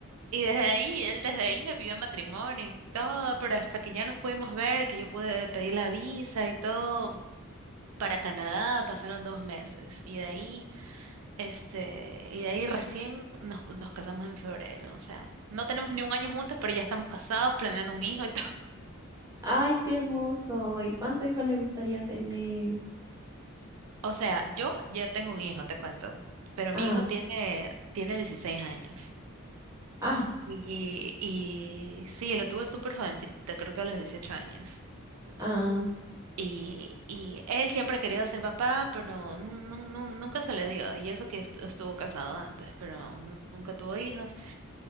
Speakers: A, on the right; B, on the right.
A: Y desde ahí, él desde ahí me pidió matrimonio y todo, pero hasta que ya nos pudimos ver, que yo pude pedir la visa y todo. Para Canadá pasaron dos meses y de ahí, este, y de ahí recién nos, nos casamos en febrero. O sea, no tenemos ni un año juntos, pero ya estamos casados, planeando un hijo y <laughs> todo.
B: Ay, qué hermoso. ¿Y cuánto hijos le gustaría tener?
A: O sea, yo ya tengo un hijo, te cuento, pero
B: Ah,
A: mi hijo tiene, tiene 16 años.
B: ah,
A: Y, y sí, lo tuve súper jovencito, creo que a los 18 años.
B: ah.
A: Y, y él siempre ha querido ser papá, pero no, nu- nu- nu- nunca se le dio. Y eso que est- estuvo casado antes, pero nu- nunca tuvo hijos.